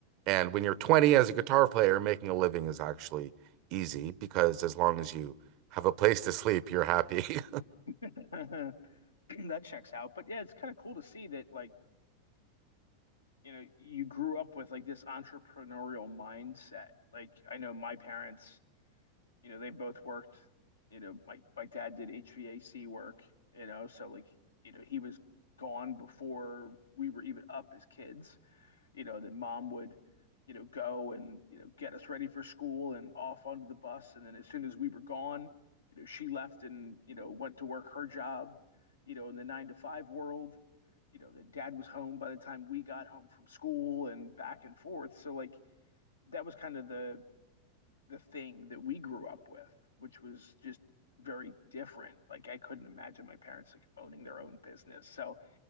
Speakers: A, on the right; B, on the left.
A: And when you're 20 as a guitar player, making a living is actually easy because as long as you have a place to sleep, you're happy.
B: <laughs> That checks out. But yeah, it's kind of cool to see that like you know, you grew up with like this entrepreneurial mindset. Like I know my parents, you know, they both worked, you know, my my dad did HVAC work, you know, so like, you know, he was gone before we were even up as kids, you know, then mom would, you know, go and, you know, get us ready for school and off onto the bus. And then as soon as we were gone, you know, she left and, you know, went to work her job, you know, in the nine to five world you know that dad was home by the time we got home from school and back and forth so like that was kind of the the thing that we grew up with which was just very different like i couldn't imagine my parents like owning their own business so